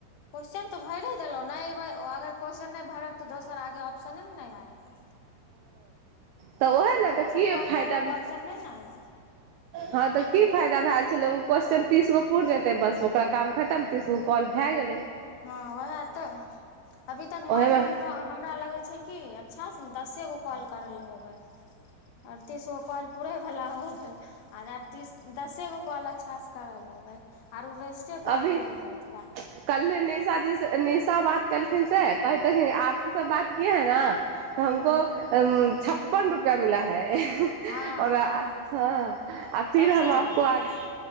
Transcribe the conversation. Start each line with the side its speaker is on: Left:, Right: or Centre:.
Left: क्वेशचन तऽ भरिए देलहुँ नहि अयबै अगर क्वेशस्चन नहि भरब तऽ दोसर आगे ऑप्शने ने नहि आयतै
Right: तऽ ओहे ने तऽ
Left: दसर
Right: की
Left: कॉल
Right: फायदा
Left: करैके
Right: भेल।
Left: ऑप्शन नहि न एत
Right: हँ तऽ की फायदा भेल छलै ओ क्वस्न तीस गो पुर जेतै बस ओकरा काम खतम तीसगो कॉल भए गेलै
Left: हँ उएह तऽ अभी तक म
Right: ओहेमे
Left: हम हमरा लगै छै कि अच्छा से ने दसे गो कॉल करल होबै अरतीस ओ कल पूुरै भला होत आध तीस दसे गो कॉल अच्छासँ करल होबै आरो वेस्टे कल
Right: अभी
Left: गेल होत ब
Right: कल नेशा जी नेशा बात कर लखिन से कहिन आब त सब बात के है ने तऽ हमको
Left: ह
Right: छप्पन रुपैआ मिला है
Left: हँ
Right: आओर
Left: हँ
Right: हँ आ फिर
Left: सबसे
Right: हम आपको
Left: जादे
Right: आज